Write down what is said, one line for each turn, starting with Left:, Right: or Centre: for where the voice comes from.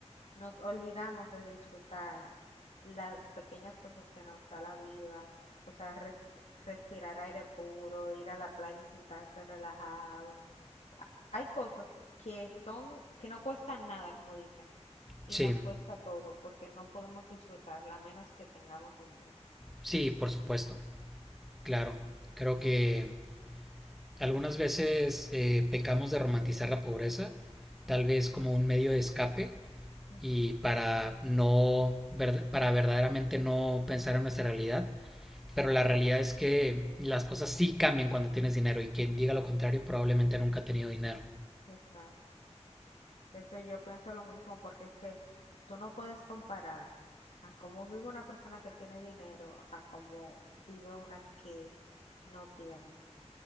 Left: nos olvidamos de disfrutar las pequeñas cosas que nos da la vida, o sea, res- respirar aire puro, ir a la playa y sentarse relajado hay cosas que son, que no cuestan nada, como dicen, y
Centre: Sí,
Left: nos cuesta todo, porque no podemos disfrutarla a menos que tengamos dinero.
Centre: sí, por supuesto, claro. Creo que
Left: Ah,
Centre: algunas veces eh, pecamos de romantizar la pobreza, tal vez como un medio de escape
Left: ujú.
Centre: y para no para verdaderamente no pensar en nuestra realidad pero la realidad es que las cosas sí cambian cuando tienes dinero y quien diga lo contrario probablemente nunca ha tenido dinero
Left: Exacto. Eso yo pienso lo mismo, porque es que tú no puedes comparar a cómo vive una persona que tiene dinero a cómo vive una que no tiene.